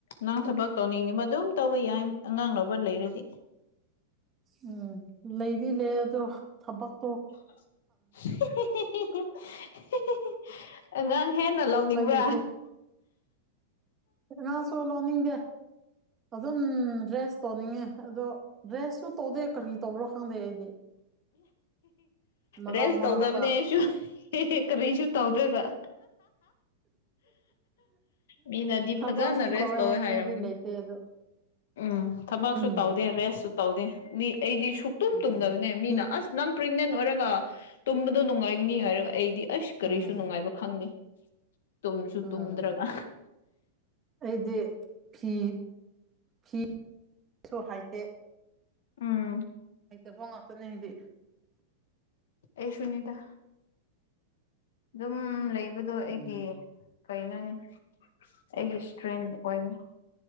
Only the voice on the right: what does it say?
ꯎꯝ ꯂꯩꯗꯤ ꯂꯩ ꯑꯗꯣ ꯊꯕꯛ
ꯎꯄꯥꯏ ꯂꯩꯇꯦ ꯉꯥꯁꯨ ꯂꯧꯅꯤꯡꯗꯦ ꯑꯗꯨꯝ ꯗ꯭ꯔꯦꯁ ꯇꯧꯅꯤꯡꯉꯦ ꯑꯗꯣ ꯗ꯭ꯔꯦꯁꯁꯨ ꯇꯧꯗꯦ ꯀꯔꯤ ꯇꯧꯕ꯭ꯔꯣ ꯈꯪꯗꯦ ꯑꯩꯗꯤ ꯃꯔꯛ
ꯃꯔꯛꯇ
ꯊꯕꯛꯁꯤ
ꯍꯥꯏꯅꯤꯡꯉꯥꯏꯗꯤ
ꯂꯩꯇꯦ ꯑꯗꯣ
ꯎꯝ
ꯎꯝ
ꯐꯤ
ꯎꯝ
ꯎꯝ
ꯑꯩꯗꯤ ꯐꯤ ꯐꯤꯁꯨ ꯍꯥꯏꯇꯦ
ꯑꯩ ꯆ ꯐꯣꯡ ꯉꯥꯛꯇꯅꯦ ꯍꯥꯏꯗꯤ
ꯎꯝ